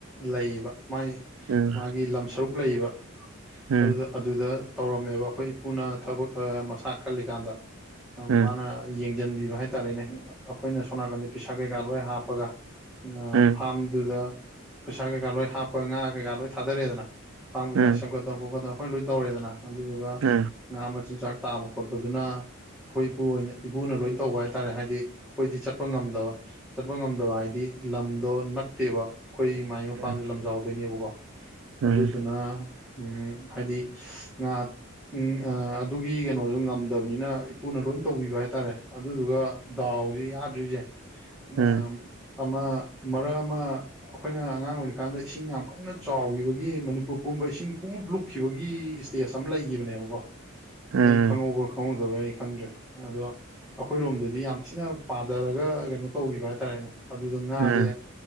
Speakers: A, in the centre; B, on the right.
A: ꯂꯩꯌꯦꯕ ꯃꯥꯏ
B: ꯎꯝ
A: ꯃꯥꯒꯤ ꯂꯝ ꯁꯔꯨꯛ ꯂꯩꯕ
B: ꯎꯝ
A: ꯑꯗꯨꯗ ꯑꯗꯨꯗ ꯇꯧꯔꯝꯃꯦꯕ ꯑꯩꯈꯣꯏ ꯏꯄꯨꯅ ꯊꯕꯛ ꯃꯁꯥ ꯀꯜꯂꯤꯀꯥꯟꯗ
B: ꯎꯝ
A: ꯃꯥꯅ ꯌꯦꯡꯁꯤꯟꯕꯤꯕ ꯍꯥꯏꯇꯥꯔꯦꯅꯦ ꯑꯩꯈꯣꯏꯅ ꯁꯣ ꯅꯥꯀꯟꯗ ꯄꯩꯁꯥ ꯀꯩꯀꯥ ꯂꯣꯏ ꯍꯥꯞꯄꯒ
B: ꯎꯝ
A: ꯐꯥꯔꯝꯗꯨꯗ ꯄꯩꯁꯥ ꯀꯩꯀꯥ ꯂꯣꯏ ꯍꯥꯞꯄ ꯉꯥ ꯀꯩꯀꯥ ꯂꯣꯏ ꯊꯥꯗꯔꯛꯑꯦꯗꯅ ꯐꯥꯝ ꯀꯩꯀꯥ
B: ꯎꯝ
A: ꯁꯦꯝꯒꯠꯇꯅ
B: ꯎꯝ
A: ꯈꯣꯠꯀꯠꯇꯅ ꯑꯩꯈꯣꯏꯅ ꯂꯣꯏ ꯇꯧꯔꯦꯗꯅ ꯑꯗꯨꯗꯨꯒ
B: ꯎꯝ
A: ꯉꯥ ꯃꯆꯤꯟꯖꯥꯛ ꯇꯥꯕ ꯈꯣꯠꯄꯗꯨꯅ ꯑꯩꯈꯣꯏ ꯏꯄꯨ ꯑꯣꯏꯅ ꯏꯄꯨꯅ ꯂꯣꯏ ꯇꯧꯕ ꯍꯥꯏꯇꯥꯔꯦ ꯍꯥꯏꯗꯤ ꯑꯩꯈꯣꯏꯗꯤ ꯆꯠꯄ ꯉꯝꯗꯕ ꯆꯕ ꯉꯝꯗꯕ ꯍꯥꯏꯗꯤ ꯂꯝꯗꯣ ꯅꯠꯇꯦꯕ ꯑꯩꯈꯣꯏ ꯃꯥꯏ ꯃꯄꯥꯝꯁꯦ
B: ꯎꯝ
A: ꯂꯝꯖꯥꯎꯗꯣꯏꯅꯦꯕꯀꯣ
B: ꯎꯝ
A: ꯑꯗꯨꯗꯨꯅ ꯎ ꯍꯥꯏꯗꯤ ꯉꯥ ꯎꯝ ꯑꯗꯨꯒꯤ ꯀꯩꯅꯣꯁꯨ ꯉꯝꯗꯕꯅꯤꯅ ꯏꯄꯨꯅ ꯂꯣꯏ ꯇꯧꯕꯤꯕ ꯍꯥꯏꯇꯥꯔꯦ ꯑꯗꯨꯗꯨꯒ ꯗꯥꯎꯁꯦ ꯌꯥꯗ꯭ꯔꯤꯁꯦ
B: ꯎꯝ
A: ꯑ ꯑꯃ ꯃꯔꯛ ꯑꯃ ꯑꯩꯈꯣꯏꯅ ꯑꯉꯥꯡ ꯑꯣꯏꯔꯤꯀꯥꯟꯗ ꯏꯁꯤꯡ ꯌꯥꯝ ꯀꯟꯅ ꯆꯥꯎꯈꯤꯕꯒꯤ ꯃꯅꯤꯄꯨꯔ ꯄꯨꯝꯕ ꯏꯁꯤꯡ ꯄꯨꯝꯂꯞ ꯂꯨꯞꯈꯤꯕꯒꯤ ꯦꯁ ꯑꯃ ꯂꯩꯈꯤꯕꯅꯦꯕꯀꯣ
B: ꯎꯝ
A: ꯅꯣꯏ ꯈꯪꯍꯧꯕ꯭ꯔꯥ ꯈꯪꯍꯧ ꯑꯩ ꯈꯪꯗ꯭ꯔꯦ ꯑꯗꯣ ꯑꯩꯈꯣꯏꯔꯣꯝꯗꯗꯤ ꯌꯥꯝ ꯊꯤꯅ ꯄꯥꯊꯔꯒ ꯀꯩꯅꯣ ꯇꯧꯈꯤꯕ ꯍꯥꯏꯇꯥꯔꯦꯅꯦ ꯑꯗꯨꯗ ꯉꯥꯁꯦ
B: ꯎꯝ